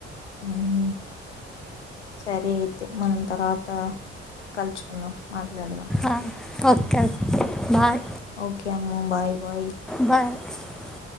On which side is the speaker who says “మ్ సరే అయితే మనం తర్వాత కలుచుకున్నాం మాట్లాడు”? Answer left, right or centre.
Left